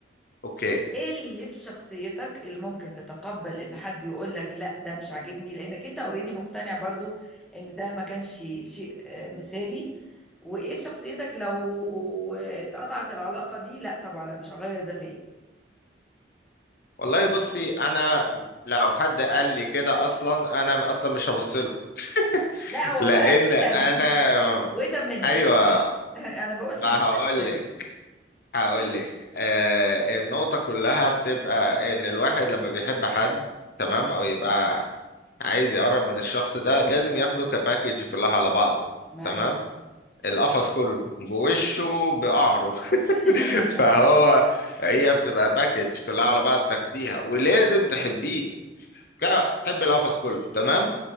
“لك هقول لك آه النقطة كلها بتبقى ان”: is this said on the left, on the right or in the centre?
Left